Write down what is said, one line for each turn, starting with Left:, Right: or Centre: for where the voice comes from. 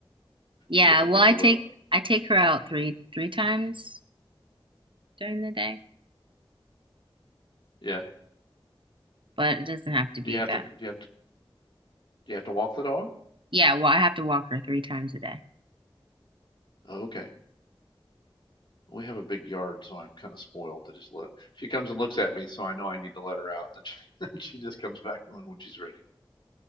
Right: Yeah,
Left: and doesn't
Right: well,
Left: get
Right: I
Left: you
Right: take
Left: up.
Right: I take her out three three times during the day,
Left: Yeah.
Right: but it doesn't have to be
Left: Do you have
Right: that.
Left: to do you have to do you have to walk the dog?
Right: Yeah, well, I have to walk her three times a day.
Left: Oh, okay. We have a big yard, so I'm kind of spoiled. I just let she comes and looks at me, so I know I need to let her out. And then she, <laughs> then she just comes back when when she's ready.